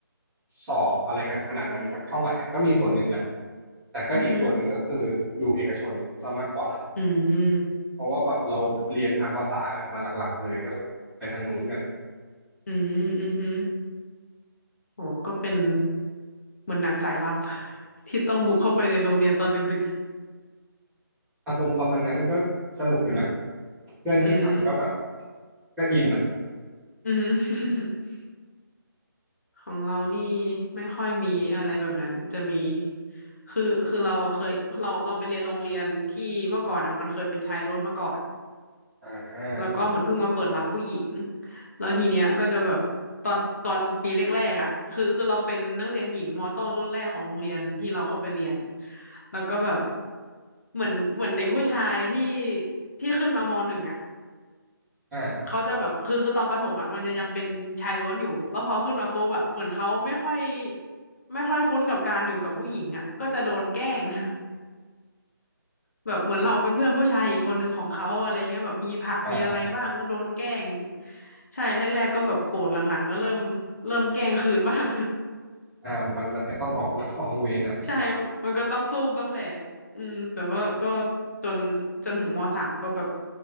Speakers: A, in the centre; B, on the left.
A: สอบอะไรกันขนาดนั้นสักเท่าไหร่อะก็มีส่วนหนึ่งแหละแต่ก็อีกส่วนหนึ่งก็คืออยู่เอกชนซะมากกว่า
B: อือฮึอืม
A: เพราะว่าแบบเราเรียนทางภาษากันมาหลักๆเลยก็ไปทางนู้นกัน
B: อืมอือฮึโอ้ก็เป็นเหมือนหนังสายลับ <laughs> ที่ต้องบุกเข้าไปในโรงเรียนตอนดึก
A: อารมณ์ประมาณนั้นก็สนุกอยู่นะเพื่อนที่ทำก็แบบ
B: ๆอืม
A: ก็อินอ่ะ
B: อือฮึ <laughs> ของเรานี่ไม่ค่อยมีอะไรแบบนั้นจะมีคือคือเราเคยเราเราไปเรียนโรงเรียนที่เมื่อก่อนอ่ะมันเคยเป็นชายล้วนมาก่อน
A: อ่า
B: แล้วก็เหมือนเพิ่งมาเปิดรับผู้หญิง แล้วทีเนี้ยก็จะแบบตอนตอนปีแรกๆอ่ะคือคือเราเป็นนักเรียนหญิงมต้นรุ่นแรกของโรงเรียนที่เราเข้าไปเรียน แล้วก็แบบเหมือนเหมือนเด็กผู้ชายที่ที่ขึ้นมามหนึ่งอ่ะ
A: อ่า
B: เขาจะแบบคือคือตอนประถมอ่ะมันจะยังเป็นชายล้วนอยู่ แล้วพอขึ้นมาปุ๊บอ่ะเหมือนเขาไม่ค่อยไม่ค่อยคุ้นกับการอยู่กับผู้หญิงอ่ะก็จะโดนแกล้ง <laughs> แบบเหมือนเราเป็นเพื่อนผู้ชายอีกคนหนึ่งของเขาอะไรเงี้ยแบบมีผักมีอะไรบ้างก็โดนแกล้ง
A: อ่า
B: ใช่แรกๆก็แบบโกรธหลังๆก็เริ่มเริ่มแกล้งคืนบ้าง
A: อ่ามันมันก็ต้องออก <laughs> ออกเวรนะ
B: ใช่มันก็ต้องสู้บ้างแหละอืมแต่ว่าก็จนจนถึงมสามก็แบบ